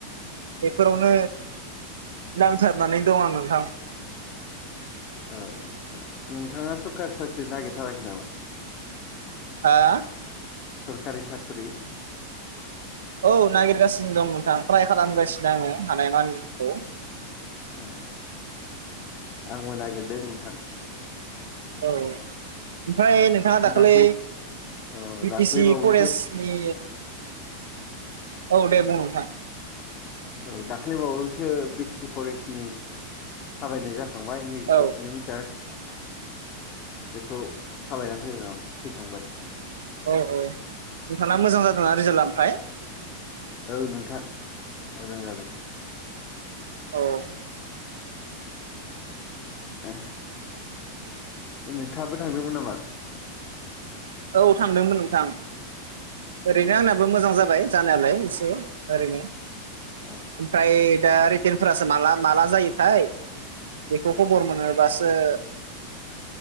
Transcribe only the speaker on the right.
बेफोरावनो नांथारनानै दं आं नोंथां
हा
औ नागिरगासिनो दं नोंथां ट्राय खालामगासिनो आङो हानाय मानिखौ
औ ओमफ्राय नोंथाङा दाखालै
इउटि
सि
फरेस्ट ए औ दे बुं नोंथां
औ
औ औ नोंथाङा मोजां जादोंना रिजाल्टआ ओमफ्राय
औ
औ थांदोंमोन नोंथां
ओरैनो आंनाबो मोजां जाबाय। जानायालाय एसे ओरैनो
ओमफ्राय दा रिटनफोरासो माला माला जायोथाय बेखौ खबर मोनोबासो ओ